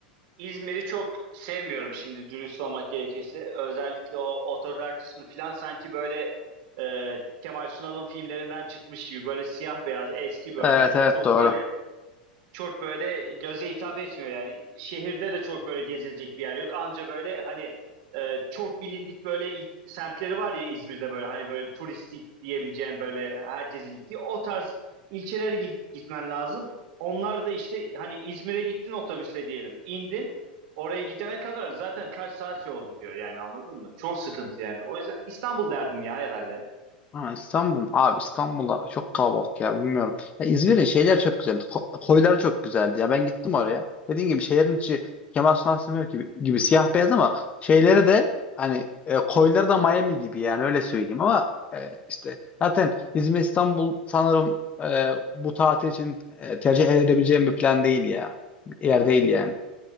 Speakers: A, on the right (about 55°); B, on the left (about 25°).
A: İzmir'i çok sevmiyorum şimdi dürüst olmak gerekirse. Özellikle o otolar kısmı filan sanki böyle e, Kemal Sunal'ın filmlerinden çıkmış gibi böyle siyah beyaz eski böyle
B: Evet evet
A: çok
B: doğru.
A: böyle çok böyle göze hitap etmiyor yani. Şehirde de çok böyle gezilecek bir yer yok. Anca böyle hani e, çok bilindik böyle i- semtleri var ya İzmir'de böyle hani böyle turistik diyebileceğin böyle herkesin gittiği o tarz ilçelere git- gitmen lazım. Onlar da işte hani İzmir'e gittin otobüsle diyelim. indin Oraya gidene kadar zaten kaç saat yol gidiyor yani anladın mı? Çok sıkıntı yani. O yüzden İstanbul derdim ya herhalde.
B: Ha, İstanbul. Abi İstanbul'a çok kalabalık ya bilmiyorum. Ya İzmir'in şeyler çok güzeldi. Ko- koyları çok güzeldi ya. Ben gittim oraya. Dediğim gibi şehrin içi Kemal Sunal Sınır gibi, gibi siyah beyaz ama şeyleri de hani e, koyları da Miami gibi yani öyle söyleyeyim ama e, işte zaten İzmir İstanbul sanırım e, bu tatil için e, tercih edebileceğim bir plan değil ya. Yer değil yani.